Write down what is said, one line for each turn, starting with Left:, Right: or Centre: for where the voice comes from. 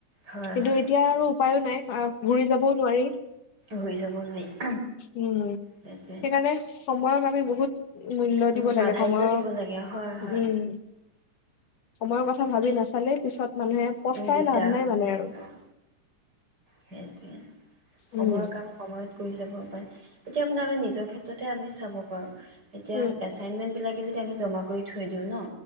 Right: হয়
Left: কিন্তু
Right: হয়
Left: এতিয়া আৰু উপায়ো নাই। আহ, ঘূৰি যাবও নোৱাৰি।
Right: হৈ যাব নোৱাৰি।
Left: উম।
Right: সেইটোৱে
Left: সেইকাৰণে সময়ক আমি বহুত মূল্য
Right: উম
Left: দিব লাগে
Right: প্ৰাধান্য
Left: সময়ৰ,
Right: দিব লাগে হয়
Left: উম।
Right: হয়
Left: সময়ৰ কথা ভাবি নাচালে পিছত মানুহে পস্তাই
Right: উম, দিগদাৰ
Left: লাভ নাই
Right: হৈছে
Left: মানে আৰু
Right: অ', সেইটোৱে
Left: উম,
Right: সময়ৰ কাম সময়ত কৰি যাব এতিয়া আপোনাৰ আমি নিজৰ ক্ষেত্ৰতে আমি চাব পাৰোঁ। এতিয়া
Left: উম,
Right: এচাইনমেন্ট বিলাক কি যদি আমি জমা কৰি থৈ দিওঁ ন'।